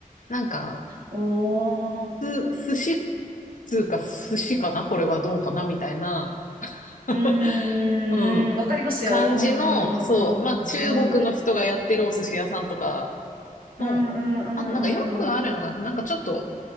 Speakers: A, on the left (about 60°); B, on the right (about 85°).
A: なんか、
B: おー。
A: す、寿司、つうか寿司かなこれはどうかなみたいな。<laughs>
B: うーん、
A: うん。
B: わかりますよ。
A: 感じの、
B: うんうんうんうん。
A: そう、まあ中国の人がやってるお寿司屋さんとか
B: うん。うんうんうんうん。
A: の、あとなんかよくあるのが、なんかちょっと、